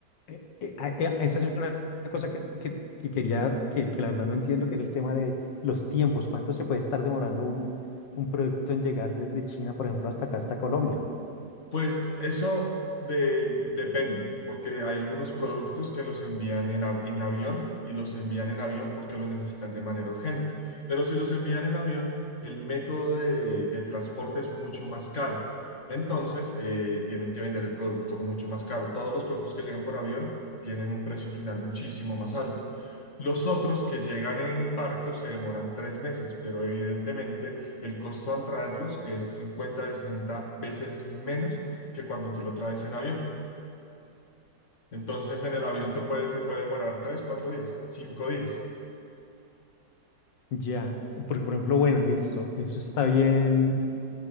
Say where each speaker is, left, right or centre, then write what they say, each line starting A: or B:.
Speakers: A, on the left; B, on the left.
A: eh, eh, a- eh, esa es una cosa que, que- que quería, que, que la verdad no entiendo, que es el tema de los tiempos. ¿Cuánto se puede estar demorando un, un producto en llegar desde China, por ejemplo, hasta acá, hasta Colombia?
B: Pues eso del- depende, porque hay algunos productos que los envían en, av- en avión y los envían en avión porque los necesitan de manera urgente. Pero si los envían en avión, el método de, de transporte es mucho más caro. Entonces, eh, tienen que vender el producto mucho más caro. Todos los productos que llegan por avión tienen un precio final muchísimo más alto. Los otros que llegan en barco se demoran tres meses, pero evidentemente el costo al traerlos es 50, 60 veces menos que cuando tú lo traes en avión. Entonces en el avión te puede, se puede demorar tres, cuatro días, cinco días.
A: Ya, porque por ejemplo, bueno, listo, eso está bien